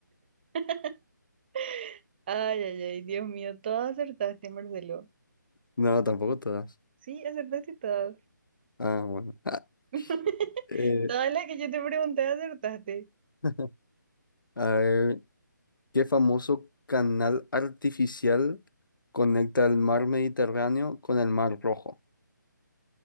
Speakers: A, on the right; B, on the left.
A: <laughs> Ay, ay, ay, Dios mío, todas acertaste, Marcelo.
B: No, tampoco todas.
A: Sí, acertaste todas.
B: Ah, bueno. Ah,
A: <laughs>
B: eh,
A: Todas las que yo te pregunté acertaste.
B: <laughs> a ver, ¿qué famoso canal artificial conecta el mar Mediterráneo con el mar Rojo?